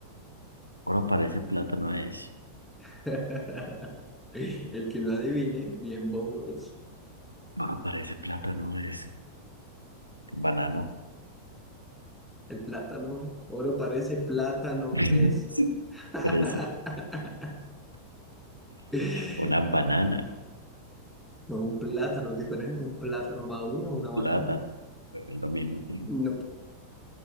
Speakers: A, on the right; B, in the centre.
A: oro parece plátano es.
B: <laughs> El que no adivine, bien bobo es.
A: Oro parece plátano es. Banano.
B: El plátano, oro parece, plátano
A: <laughs>
B: es. <laughs> A
A: Fresa,
B: ver,
A: una banana,
B: No, un plátano es diferente, un plátano maduro, una banana.
A: plátano, es lo mismo. sí.
B: No.